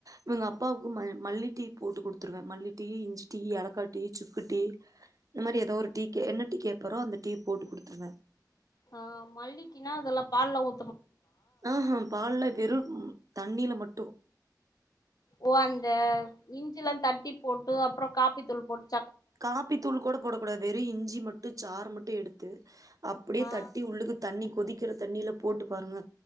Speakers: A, on the right; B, on the left.
A: இவுங்க அப்பாவுக்கு ம மல்லி டீ போட்டு குடுத்துருவே மல்லி டீ இஞ்சி டீ ஏலக்கா டீ சுக்கு டீ இந்த மாரி ஏதோ ஒரு டீ என்ன டீ கே அப்புற அந்த டீ போட்டு குடுத்துருவே
B: ஆ மல்லி டீனா அதெல்லா பால்லா ஊ
A: ஆ ஹ பால்ல வெறு தண்ணீல மட்டு
B: ஓ அந்த இஞ்சி எல்லா தட்டி போட்டு அப்புற காப்பி தூள் போட்
A: காப்பி தூள் கோட போடக்கூடாது வெறு இஞ்சி மட்டு சாறு மட்டு எடுத் த்து அப்படியே
B: ஆ
A: தட்டி உள்ளுக்கு தண்ணி கொதிக்கிற தண்ணில போட்டு பாருங்க